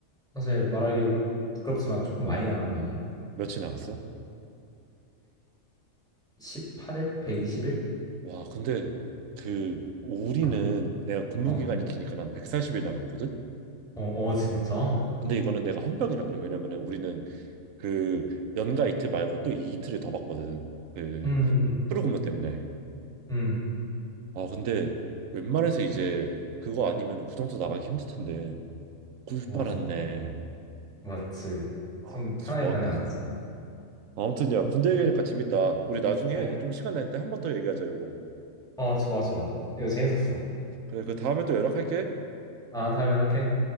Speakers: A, in the centre; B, on the right.
A: 사실 말하기 부끄럽지만 조금 많이 나간 편이야.
B: 며칠 나갔어?
A: 118일? 120일?
B: 와, 근데 그 우리는
A: 어,
B: 내가 근무
A: 어,
B: 기간이 기니까 난 140일 나갔거든.
A: 어, 어, 진짜?
B: 근데 이거는 내가 헌병이라 그래. 왜냐면은 우리는 그 연가 이틀 말고 또 이 이틀을 더 받거든. 그
A: 음,
B: 프로그램 때문에.
A: 음,
B: 아, 근데 웬만해서 이제 그거 아니면은 그 정도 나가기 힘들 텐데. 꿀빨았네.
A: 맞아. 맞지.
B: 아,
A: 좀
B: 좋았겠네.
A: 편하게 다녀왔지.
B: 아무튼 야, 군대 얘기하니까 재밌다. 우리 나중에
A: 그래.
B: 좀 시간 날 때 한 번 더 얘기하자, 요거.
A: 어, 좋아, 좋아. 이거 재밌었어.
B: 그래, 그 다음에 또 연락할게.
A: 아, 다음에 연락해.